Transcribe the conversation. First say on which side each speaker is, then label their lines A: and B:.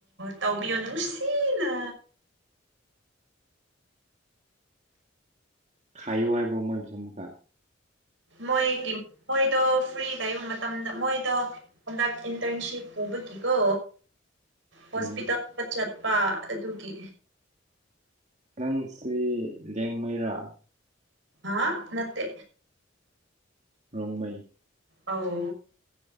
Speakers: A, on the right (about 75°); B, on the right (about 40°).
A: ꯇꯥꯎꯕꯤꯌꯣ ꯅꯨꯡꯁꯤꯅ
B: ꯈꯥꯏꯨ ꯍꯥꯏꯕ꯭ꯔꯣꯃꯣꯏ ꯄ ꯆꯃꯨꯀꯥ
A: ꯃꯣꯏ ꯃꯣꯏ ꯇꯣ ꯐ꯭ꯔꯤꯗ ꯂꯩꯕ ꯃꯇꯝꯗ ꯃꯣꯏꯗꯣ ꯍꯟꯗꯛ ꯏꯟꯇꯔꯟꯁꯤꯞ ꯎꯕꯒꯤꯀꯣ ꯍꯣꯁꯄꯤꯇꯥꯜꯗ
B: ꯎꯝ
A: ꯆꯠꯄ ꯑꯗꯨꯒꯤ
B: ꯅꯪꯁꯤ ꯂꯦꯡꯃꯩꯔꯥ
A: ꯑꯥ ꯅꯠꯇꯦ
B: ꯔꯣꯡꯃꯩ
A: ꯑꯥꯎ